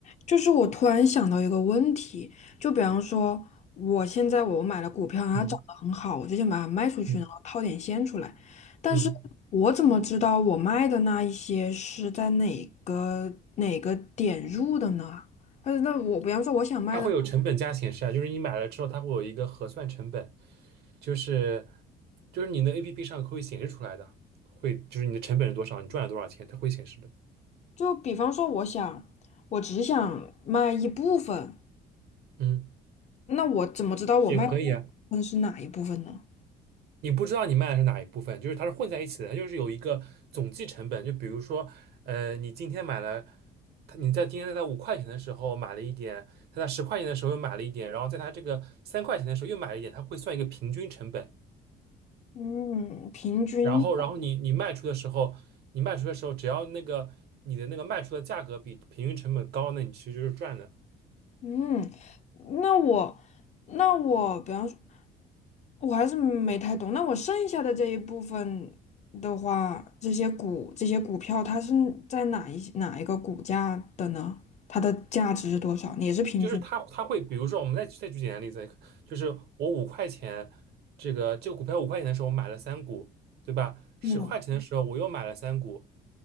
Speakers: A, on the left; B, on the right.
A: 就是我突然想到一个问题，就比方说，我现在我买了股票，它涨得很好，
B: 嗯
A: 我就想把它卖出去，
B: 嗯
A: 然后套点现出来。但是我怎么知道我卖的那一些是在哪个哪个点入的呢？
B: 嗯，
A: 呃，那我比方说我想卖的，
B: 它会有成本价显示啊，就是你买了之后，它会有一个核算成本，就是就是你的 APP 上会显示出来的，会就是你的成本是多少，你赚了多少钱，它会显示的。
A: 就比方说我想，我只想卖一部分，
B: 嗯，
A: 那我怎么知道我卖的那部分是哪一部分呢？
B: 也可以啊，你不知道你卖的是哪一部分，就是它是混在一起的，它就是有一个总计成本。就比如说，呃，你今天买了，它你在今天在它五块钱的时候买了一点，它在十块钱的时候又买了一点，然后在它这个三块钱的时候又买了一点，它会算一个平均成本。
A: 嗯，平均。
B: 然后，然后你你卖出的时候，你卖出的时候，只要那个你的那个卖出的价格比平均成本高，那你其实就是赚的。
A: 嗯，那我，那我，比方说，我还是没太懂。那我剩下的这一部分的话，这些股，这些股票，它是在哪一哪一个股价的呢？它的价值是多少？也是平均。
B: 就是它它会，比如说我们再再举简单例子，就是我五块钱这个这个股票五块钱的时候我买了三股，对吧？十块钱的时候我又买了三股，
A: 嗯